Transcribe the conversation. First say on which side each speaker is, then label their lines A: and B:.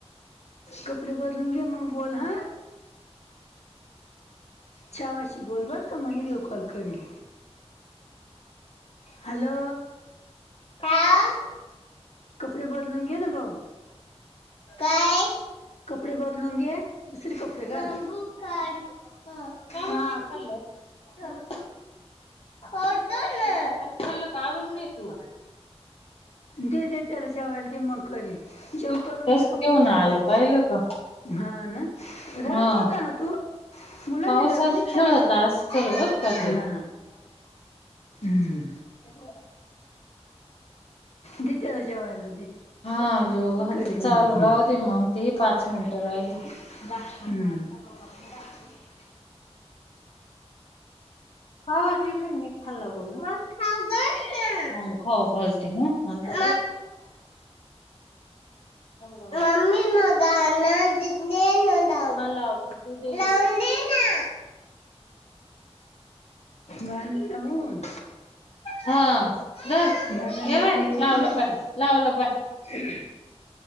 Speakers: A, on the left; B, on the left.
A: कपडे बदलून घे मग बोल ह. छवाशी बोलबर का मग व्हिडिओ कॉल करील. हॅलो..
B: हा
A: कपडे बदलून घेना भाऊ.
B: काय?
A: कपडे बदलून घे. दुसरे कपडे घाल
B: मी भु काळी ह, का
A: हा
B: बर नाही खल्लं? खातो ना, पण खाल्ल का बर नहीं तू?
A: दे दे त्याला जेवायला दे मग करेन जेव
B: तूच
A: करून घे कपडे
B: घेऊन
A: बदलून.
B: आलं पाहिलं का?
A: हा ना रडत
B: हा.
A: होता ना तू? मुलांनी
B: पावसात
A: डबे नाही खाल्ले
B: खेळत
A: का?
B: असल बरं का ते
A: हा. हम्म.
B: कशाला.
A: दे त्याला जेवायला दे.
B: हा जेवु घलते
A: करीन
B: चालू
A: मग हम्म.
B: राहु दे मग ते पाच मिनिटं
A: हम्म
B: राहिले.
A: <inaudible>
B: का बर टिफीन नी खाला बोलला? म खाऊ घालून. हो घालते ह <inaudible> मम्मा खाऊ घालते. गाण दे दे देन लाऊन हा लावते लावून देना.
A: गाण लावून.
B: हा धर
A: गाणं
B: ये
A: लावून
B: बाय
A: देऊ
B: लावलं
A: तुला.
B: पाय लावलं पाय
A: ह्